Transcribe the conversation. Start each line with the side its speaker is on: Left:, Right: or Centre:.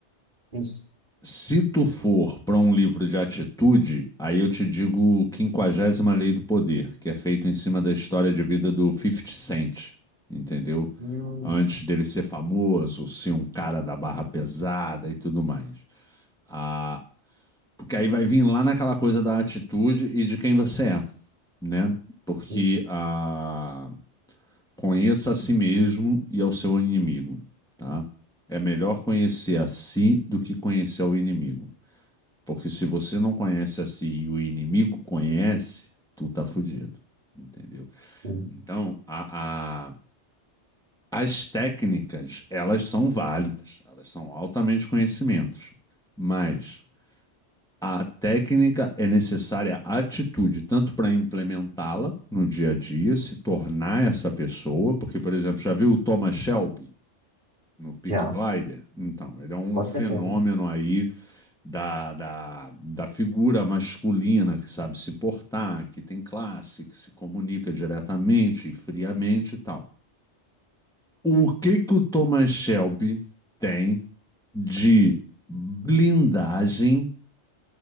Right: Isso.
Centre: Se tu for para um livro de atitude, aí eu te digo Quinquagésima Lei do Poder, que é feito em cima da história de vida do fifty Cent, entendeu?
Right: Hum,
Centre: Antes dele ser famoso, ser um cara da barra pesada e tudo mais. Ah, porque aí vai vir lá naquela coisa da atitude e de quem você é, né? Porque
Right: sim,
Centre: a Conheça a si mesmo e ao seu inimigo, tá? É melhor conhecer a si do que conhecer o inimigo. Porque se você não conhece a si e o inimigo conhece, tu tá fudido, entendeu?
Right: sim.
Centre: Então, a, a- as técnicas, elas são válidas, elas são altamente conhecimentos, mas a técnica é necessária atitude, tanto para implementá-la no dia a dia, se tornar essa pessoa, porque, por exemplo, já viu o Thomas Shelby? No Peaky
Right: Já,
Centre: Blinder? Então, ele é um
Right: com
Centre: fenômeno
Right: certeza.
Centre: aí da, da, da figura masculina que sabe se portar, que tem classe, que se comunica diretamente e friamente e tal. O que que o Thomas Shelby tem de blindagem